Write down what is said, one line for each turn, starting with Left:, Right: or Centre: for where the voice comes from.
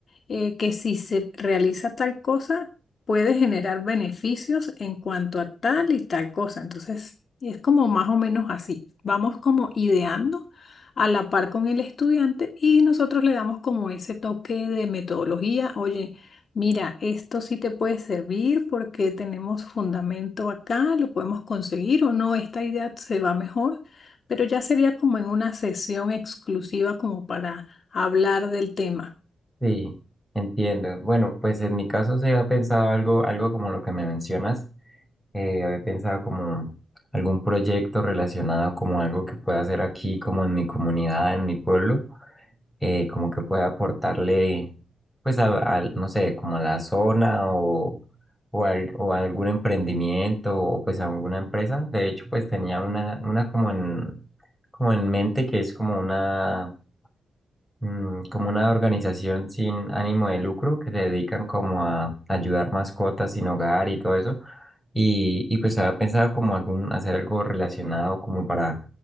Left: eh, que si se realiza tal cosa, puede generar beneficios en cuanto a tal y tal cosa. Entonces, es como más o menos así. Vamos como ideando a la par con el estudiante y nosotros le damos como ese toque de metodología. Oye, mira, esto sí te puede servir porque tenemos fundamento acá, lo podemos conseguir o no, esta idea se va mejor, pero ya sería como en una sesión exclusiva como para hablar del tema.
Centre: sí, entiendo. Bueno, pues en mi caso se ha pensado algo, algo como lo que me mencionas. eh, había pensado como algún proyecto relacionado como algo que pueda hacer aquí, como en mi comunidad, en mi pueblo, eh, como que pueda aportarle, pues, al, al, no sé, como a la zona o, o, al- o a algún emprendimiento o pues a alguna empresa. De hecho, pues tenía una, una como en, como en mente que es como una mm, como una organización sin ánimo de lucro que se dedican como a ayudar mascotas sin hogar y todo eso. Y, y pues había pensado como algún, hacer algo relacionado como para